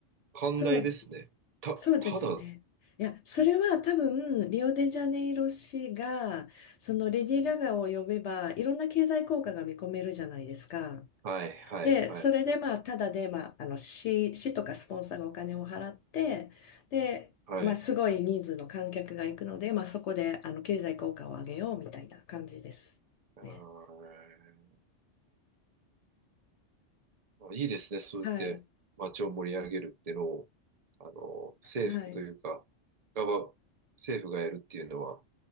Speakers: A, on the right; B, on the left.
A: 寛大ですね。
B: そう
A: た、
B: そうですね。
A: ただ、
B: いや、それは多分、リオデジャネイロ市が、そのレディー・ガガを呼べば、いろんな経済効果が見込めるじゃないですか。
A: はい、はい、
B: で、
A: はい、
B: それで、まあ、ただで、まあ、あの市、市とかスポンサーがお金を払って、で、
A: はい。
B: まあ、すごい人数の観客が行くので、まあ、そこで、あの、経済効果を上げようみたいな感じですね。
A: あーまあいいですね、そうやって街を盛り上げるっていうのを、
B: はい。
A: あの、政府というか、
B: はい。
A: ガバ、政府がやるっていうのは、